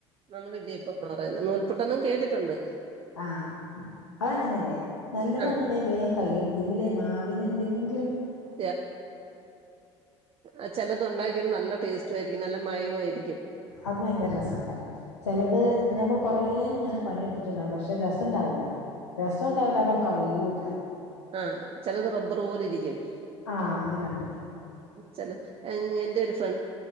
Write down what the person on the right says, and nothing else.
നമ്മളിടിയപ്പംന്നാ പറയുന്നെ നൂൽ പ്പുട്ടെന്നും കേട്ടിട്ടുണ്ട്
ആഹ്
ത്യാ ആചെലതൊണ്ടാക്കിയാലും നല്ല ടേസ്റ്റാരിക്കും നല്ല മയവുആയിരി
ആ ചെലത് റബ്ബറ് പോലിരിക്കും
ചെല എൻ എന്റെ ഒരു ഫ്രണ്ട്